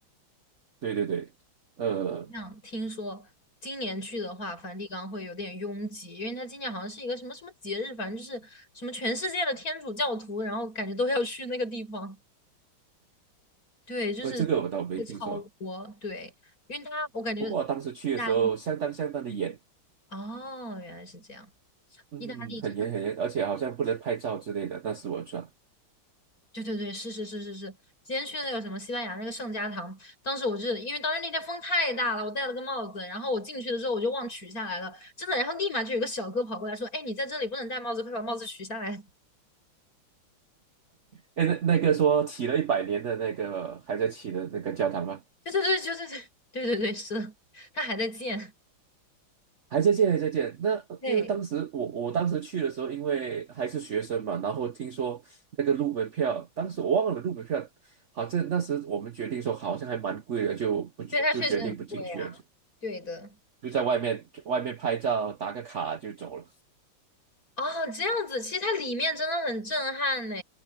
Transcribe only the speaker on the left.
像听说今年去的话，梵蒂冈会有点拥挤，因为它今年好像是一个什么什么节日，反正就是什么全世界的天主教徒，然后感觉都要去那个地方。<laughs> 对，就是会超多。
对，因为它我感觉意
大利
哦，原来是这样。
意大利真的。
对对对，是是是是是，今天去的那个什么西班牙那个圣家堂，当时我是因为当时那天风太大了，我戴了个帽子，然后我进去的时候我就忘取下来了，真的，然后立马就有个小哥跑过来说：“哎，你在这里不能戴帽子，快把帽子取下来。<laughs>”
对对对，就是对 <laughs> 对对对，是的，他还在建，
对
对，他确实很贵啊，
对的。
哦，这样子，其实它里面真的很震撼呢，